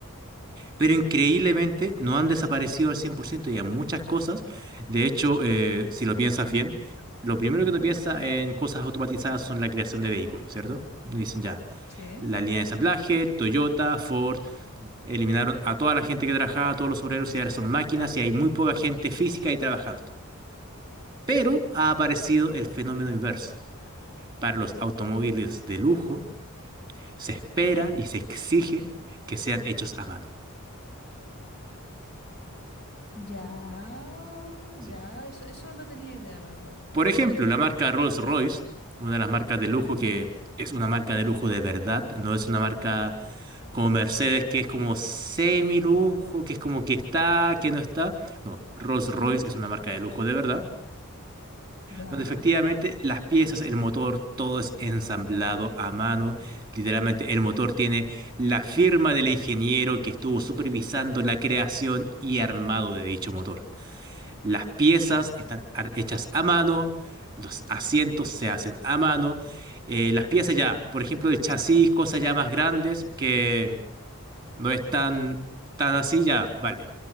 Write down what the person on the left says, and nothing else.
Ujú,
Sí.
Ya,
ya, eso, eso no tenía idea, la verdad.
Ujú,
Ya.